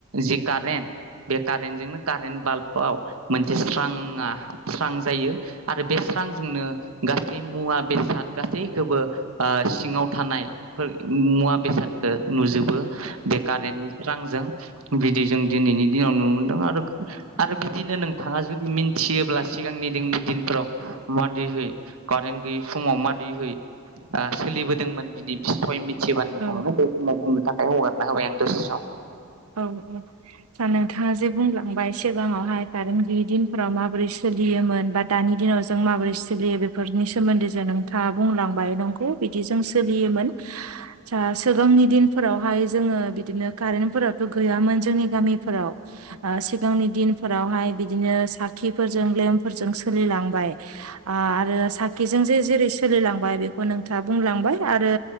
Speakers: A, on the right (about 70°); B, on the right (about 80°).
A: जि कारेन्ट बे कारेन्टजोंनो कारेन्ट बाल्बाव मोनसे स्रांआ स्रां जायो आरो बे स्रां जोंनो गासै मुवा बेसाद गासैखोबो ओ सिङाव थानाय फोर मुवा बेसादखो नुजोबो बे कारेन्टनि स्रांजों बिदि जों दिनैनि दिनाव नुनो मोनदों आरो आरो बिदिनो नोंथाङा जुदि मिन्थियोब्ला सिगांनि दिन दिनफ्राव मादिहै कारेन्ट गैयै समावहाय मादिहै ओ सोलिबोदोंमोन बिनि बिसय मिथियोबा नोंथांनो
B: औ
A: बे समाव बुंनो थाखाय हगारना होबाय आं दसे सम
B: औ औ दा नोंथाङा जे बुंलांबाय सिगाङावहाय कारेन्ट गैयि दिनफोराव माबोरै सोलियोमोन बा दानि दिनाव जों माबोरै सोलियो बेफोरनि सोमोन्दै जों नोंथाङा बुंलांबाय नंगौ बिदि जों सोलियोमोन जा सिगांनि दिनफोरावहाय जोङो बि दिनो कारेन्ट फोराथ गैयामोन जोंनि गामिफोराव ओ सिगांनि दिनफोरावहाय बिदिनो साखि फोरजों लेम फोरजों सोलिलांबाय आ आरो साखिजों जे जेरै सोलिलांबा य बेखौ नोंथाङा बुंलांबाय आरो